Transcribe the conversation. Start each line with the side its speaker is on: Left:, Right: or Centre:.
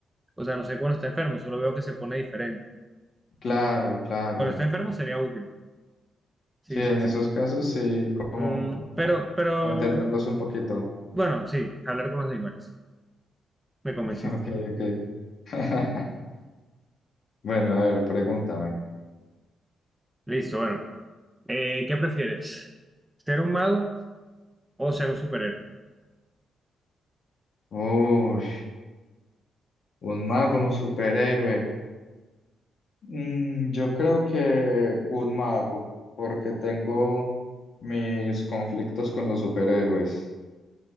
Centre: o sea, no sé cuando está enfermo, solo veo que se pone diferente.
Left: Claro, claro.
Centre: Cuando está enfermo sería útil. Sí,
Left: Sí, en
Centre: sí, sí.
Left: esos casos sí, como
Centre: Mm, pero, pero,
Left: para entenderlos un poquito.
Centre: bueno, sí, hablar con los animales. Me convenciste.
Left: <laughs> Ok, ok. <laughs> Bueno, a ver, pregúntame.
Centre: Listo, bueno. Eh, ¿qué prefieres? ¿Ser un mago? o ser un superhéroe.
Left: Uy, un mago, un superhéroe. Mm, yo creo que un mago, porque tengo mis conflictos con los superhéroes.